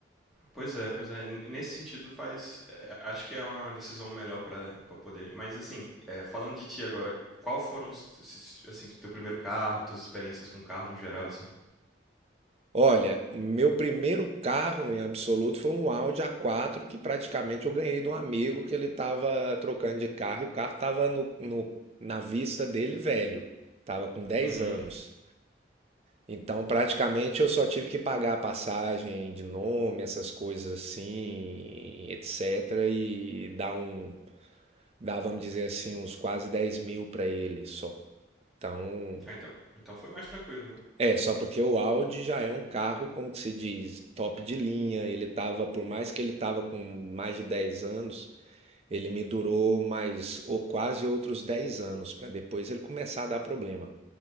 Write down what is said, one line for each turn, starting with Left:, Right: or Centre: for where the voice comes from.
Centre: Pois é, pois é. N- Nesse sentido faz. é, acho que é uma decisão melhor pra pra poder. Mas assim, é, falando de ti agora, qual foram os, esses- assim, teu primeiro carro, tuas experiências com carro no geral, assim?
Right: Olha, meu primeiro carro em absoluto foi um Audi A4 que praticamente eu ganhei de um amigo que ele estava trocando de carro e o carro estava no, no- na vista dele velho, estava com dez
Centre: Uhum.
Right: anos. Então praticamente eu só tive que pagar a passagem de nome, essas coisas assim, etc. E dar um, dar, vamos dizer assim, uns quase 10 mil para ele só. Então
Centre: Ah, então. Então foi mais tranquilo, né?
Right: É, só porque o Audi já é um carro, como que se diz, top de linha. Ele tava, por mais que ele tava com mais de 10 anos, ele me durou mais ou quase outros 10 anos para depois ele começar a dar problema,